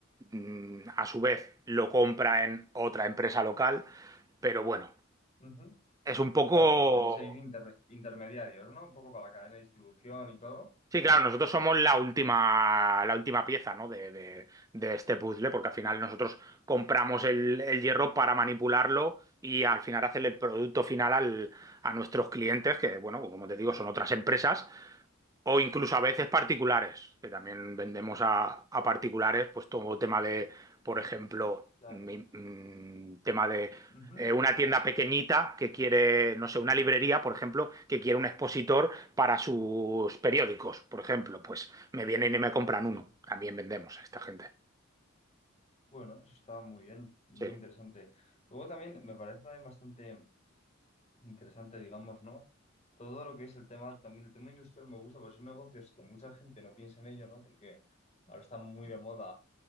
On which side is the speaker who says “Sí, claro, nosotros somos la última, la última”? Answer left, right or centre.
Right